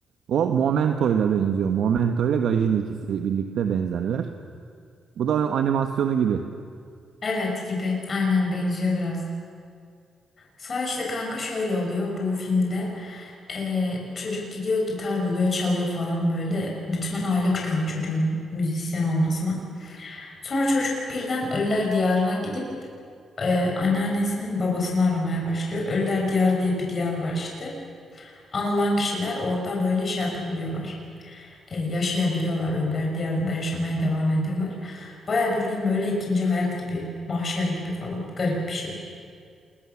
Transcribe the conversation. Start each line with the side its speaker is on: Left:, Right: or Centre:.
Right: o Momento'yla benziyor. Momento'yla Gajin ikisi birlikte benzerler. Bu da animasyonu gibi.
Left: Evet gibi. Aynen benziyor biraz. Sonra işte kanka şöyle oluyor bu filmde. Ee, çocuk gidiyor gitar buluyor çalıyor falan böyle. Bütün aile çıkıyor ama çocuğun müzisyen olmasına. Sonra çocuk birden Ölüler Diyarı'na gidip e, anneannesinin babasını aramaya başlıyor. Ölüler Diyarı diye bir diyar var işte. Anılan kişiler orada böyle şey yapabiliyorlar. E, yaşayabiliyorlar Ölüler Diyarı'nda yaşamaya devam ediyorlar. Baya bildiğim böyle ikinci hayat gibi mahşer gibi falan garip bir şey.